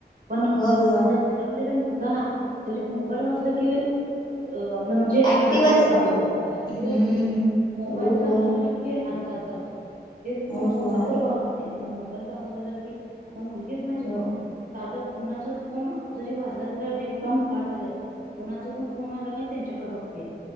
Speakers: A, on the right; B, on the left.
A: पण
B: होय होय
A: आता जन्मलेला मुलगा जरी मोबाईल वाजला कि अ आप म्हणजे
B: ऍक्टिव्हच
A: हालचाली दाखवतो आपला ऍक्टिव्ह
B: हम्म
A: आहे तबाईल
B: होय
A: ज असं
B: होय
A: झालं की हालचाल करतात तेच
B: होय
A: फोन बोलवाल
B: होय
A: तर बघणार नाही पण मोबाईल चचाग झालं की ता मुलगीच माझी
B: होय
A: बाप दादा पुुणाचा फोन जरी भाजला तिला रिंगटंग पाट झाले कोणाच पण कोण वाला का त्यांच्याकडे बघते